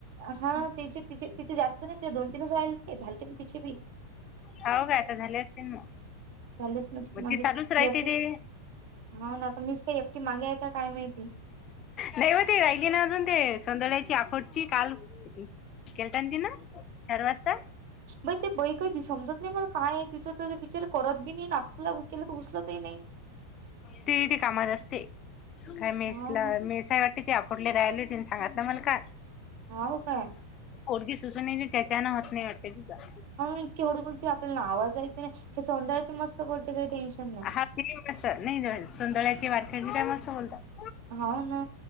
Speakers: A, on the right; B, on the left.
A: हा तिचे तचे तिचे जास्त नाही ते दोन तीनच राहि का झालते म तिचे बी
B: ह का आता झाले असतील मग
A: झालेच म्हणजे
B: मग ती चालूच राहते
A: मी
B: ते
A: हो ना आता मीच का एकटी मागे आहे काय माहिती
B: दैवती राहिली ना अजून ते सधळ्याची आखोटची काल केलतन तीन छार वास्ता
A: बई ते बैक त समजत नाही मला काय आहे तिच तर विचार करत बी नाही नाुला केलं तर उचलतही नाही
B: ते ते कामात असते काय मेसला
A: हाव ना
B: मेसाई वाटत ि आपोडले राहिले ति सांगत ना मला का
A: हाव काय
B: कोडगी सुसण्याची त्याच्यान हात नाही वाटते तुझ
A: ह इतकी हळू बोलते आपल्याला आवाज ऐक नाही की सौंा्याची मस्त बोलते काही टेन्शन नाही
B: हा ते मस नाही सोंदळ्याची वारखंडी का मसं बोलतात
A: हा ना